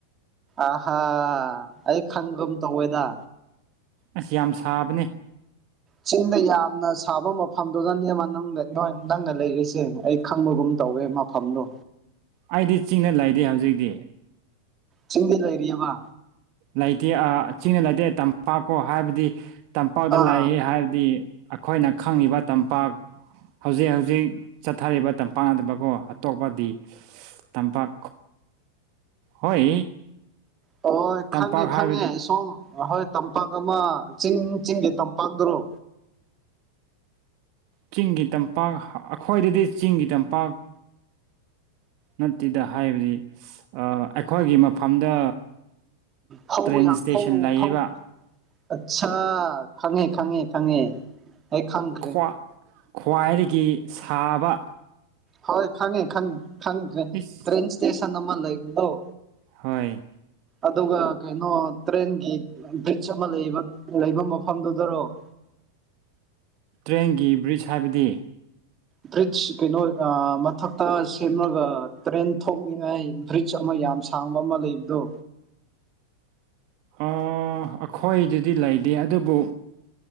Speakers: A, on the right; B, on the right.
A: ꯑꯍꯥ ꯑꯩ ꯈꯪꯒꯝ ꯇꯧꯋꯦꯗ
B: ꯑꯁ ꯌꯥꯝ ꯁꯥꯕꯅꯦ
A: ꯆꯤꯡꯗ ꯌꯥꯝꯅ ꯁꯥꯕ ꯃꯐꯝꯗꯨꯗꯅꯦ ꯅꯣꯏ ꯅꯪꯅ ꯂꯩꯔꯤꯁꯦ ꯑꯩ ꯈꯪꯕꯒꯨꯝ ꯇꯧꯋꯦ ꯑꯃ ꯐꯝꯂꯣ
B: ꯑꯩꯗꯤ ꯆꯤꯡꯅ ꯂꯩꯗꯦ ꯍꯧꯖꯤꯛꯇꯤ
A: ꯆꯗ ꯂꯔ ꯋꯥ
B: ꯂꯩꯇꯦ ꯆꯤꯡꯅ ꯂꯩꯇꯦ ꯇꯝꯄꯥꯛꯀꯣ ꯍꯥꯏꯕꯗꯤ ꯇꯝꯄꯥꯛꯇ
A: ꯑꯥ
B: ꯂꯥꯛ ꯍꯥꯏꯕꯗꯤ ꯑꯩꯈꯣꯏꯅ ꯈꯪꯉꯤꯕ ꯇꯝꯄꯥꯛ ꯍꯧꯖꯤꯛ ꯍꯧꯖꯤꯛ ꯆꯠꯊꯔꯤꯕ ꯇꯝꯄꯥꯛꯅꯗꯕꯀꯣ ꯑꯇꯣꯞꯄꯗꯤ ꯇꯝꯄꯥꯛ ꯍꯣꯏ
A: ꯍꯣꯏ
B: ꯇꯝꯄꯥꯛ
A: ꯈꯪꯉꯦ ꯈꯪꯉꯦ
B: ꯍꯥꯏꯕꯗꯤ
A: ꯁꯣꯝ ꯑꯍꯣꯏ ꯇꯝꯄꯥꯛ ꯑꯃ ꯆꯤꯡ ꯆꯤꯡꯒꯤ ꯇꯝꯄꯥꯛꯇꯔꯣ
B: ꯆꯤꯡꯒꯤ ꯇꯝꯄꯥꯛ ꯑꯩꯈ꯭ꯣꯏꯗꯗꯤ ꯆꯤꯡꯒꯤ ꯇꯝꯄꯥꯛ ꯅꯠꯇꯦꯗ ꯍꯥꯏꯕꯗꯤ ꯑꯩꯈꯣꯏꯒꯤ ꯃꯐꯝꯗ
A: ꯐꯧ
B: ꯇ꯭ꯔꯦꯟ ꯏꯁꯇꯦꯁꯟ
A: ꯐꯧ
B: ꯂꯩꯌꯦꯕ
A: ꯐꯧ ꯑꯆꯥ ꯈꯪꯉꯦ ꯈꯪꯉꯦ ꯈꯪꯉꯦ ꯍꯦꯛ ꯈꯪꯈ꯭ꯔꯦ
B: ꯈ꯭ꯋꯥ ꯈ꯭ꯋꯥꯏꯗꯒꯤ ꯁꯥꯕ
A: ꯍꯣꯏ ꯈꯪꯉꯦ ꯈꯪꯪ
B: ꯏꯁ
A: ꯇ꯭ꯔꯦꯟ ꯏꯁꯇꯦꯁꯟ ꯑꯃ ꯂꯩ ꯂꯧ
B: ꯍꯣꯏ
A: ꯑꯗꯨꯒ ꯀꯩꯅꯣ ꯇ꯭ꯔꯦꯟꯒꯤ ꯕ꯭ꯔꯤꯖ ꯑꯃ ꯂꯩꯕ ꯂꯩꯕ ꯃꯐꯝꯗꯨꯗꯔꯣ <inaudible>
B: ꯇ꯭ꯔꯦꯟꯒꯤ ꯕ꯭ꯔꯤꯖ ꯍꯥꯏꯕꯗꯤ
A: ꯕ꯭ꯔꯤꯖ ꯀꯩꯅꯣ ꯃꯊꯛꯇ ꯁꯦꯝꯂꯒ ꯇ꯭ꯔꯦꯟ ꯊꯣꯛꯅꯤꯡꯉꯥꯏ ꯕ꯭ꯔꯤꯖ ꯑꯃꯒꯤ ꯌꯥꯝ ꯁꯥꯡꯕ ꯑꯃ ꯂꯩꯕꯗꯣ
B: ꯑꯩꯈꯣꯏꯗꯨꯗꯤ ꯂꯩꯇꯦ ꯑꯗꯨꯕꯨ